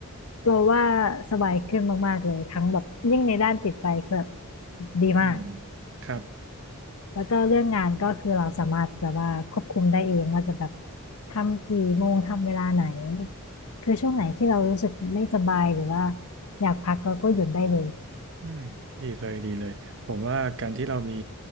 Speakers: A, on the left; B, on the right.
A: เราว่าสบายขึ้นมากๆเลยทั้งแบบยิ่งในด้านจิตใจคือแบบดีมาก
B: อืมครับ
A: แล้วก็เรื่องงานก็คือเราสามารถแบบว่าควบคุมได้เองว่าจะแบบทำกี่โมงทำเวลาไหนคือช่วงไหนที่เรารู้สึกไม่สบายหรือว่าอยากพักเราก็หยุดได้เลย
B: อืมดีเลยดีเลยผมว่าการที่เรามี